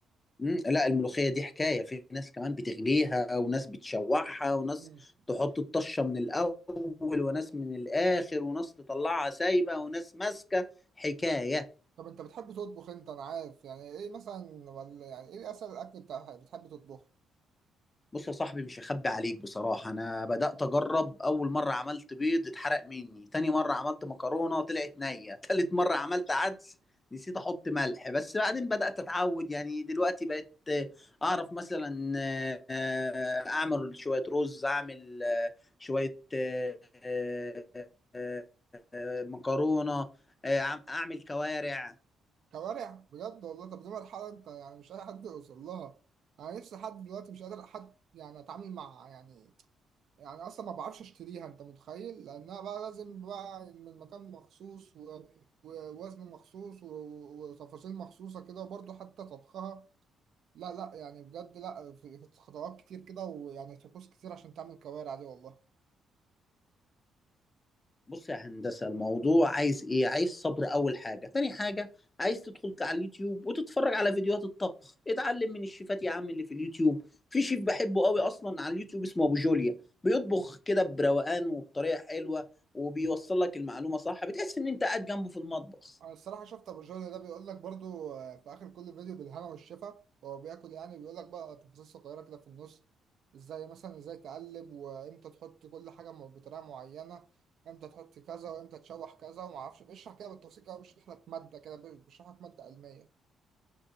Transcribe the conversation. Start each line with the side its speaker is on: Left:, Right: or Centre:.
Left: مم، لا الملوخية دي حكاية في ناس كمان بتغليها وناس بتشوحها وناس
Right: مم.
Left: تحط الطشة من الأول وناس من الآخر وناس تطلعها سايبة وناس ماسكة حكاية
Right: طب انت بتحب تطبخ انت انا عارف يعني ايه مثلا ولا يعني ايه اسهل الاكل بتاع بتحب تطبخه
Left: بص يا صاحبي مش هخبي عليك بصراحة أنا بدأت أجرب أول مرة عملت بيض اتحرق مني تاني مرة عملت مكرونة طلعت نية <laughs> تالت مرة عملت عدس نسيت أحط ملح بس بعدين بدأت أتعود يعني دلوقتي بقيت آه، أعرف مثلا آه، آه، أعمل شوية رز أعمل آه، شوية آه، آه، آه، آه، مكرونة آه، أعمل كوارع
Right: كوارع بجد والله طب دي مرحله انت يعني مش اي حد يوصل لها انا نفسي لحد دلوقتي مش قادر حد يعني اتعامل مع يعني يعني اصلا ما بعرفش اشتريها انت متخيل لانها بقى لازم بقى من مكان مخصوص و- ووزن مخصوص و- وتفاصيل مخصوصة كده وبرضه حتى طبخها لا لا يعني بجد لا في في خطوات كتير كده ويعني طقوس كتير عشان تعمل كوارع دي والله
Left: بص يا هندسة الموضوع عايز ايه عايز صبر اول حاجة تاني حاجة عايز تدخل على اليوتيوب وتتفرج على فيديوهات الطبخ اتعلم من الشيفات يا عم اللي في اليوتيوب في شيف بحبه قوي اصلا على اليوتيوب اسمه ابو جوليا بيطبخ كده بروقان وبطريقة حلوة وبيوصل لك المعلومة صح بتحس ان انت قاعد جنبه في المطبخ
Right: انا الصراحه شفت ابو جهل ده بيقول لك برضو آه، في اخر كل فيديو بالهنا والشفا هو بياكل يعني بيقول لك بقى تفاصيل صغيره كده في النص ازاي مثلا ازاي تقلب وامتى تحط كل حاجه م- بطريقه معينه امتى تحط كذا وامتى تشوح كذا وما اعرفش بيشرح كده بالتفصيل كده بيشرح لك ماده كده بي- بيشرح لك ماده علميه